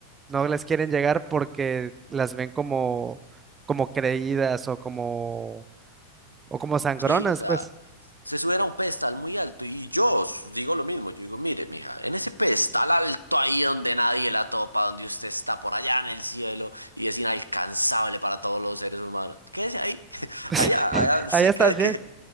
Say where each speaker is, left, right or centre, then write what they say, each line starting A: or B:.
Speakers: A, on the right; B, on the right.
A: no les quieren llegar porque las ven como, como creídas o como, o como sangronas,
B: Sí, o sea,
A: pues.
B: se suben a un pedestal muy alto y yo s- digo lo mismo, yo digo, mire, mija, en ese pedestal alto ahí donde nadie la topa, donde usted está por allá en el cielo y es inalcanzable para todos los seres humanos, quédese ahí, <laughs>
A: <laughs>
B: allá,
A: Pues
B: allá,
A: ahí
B: sí,
A: estás
B: que,
A: bien.
B: que,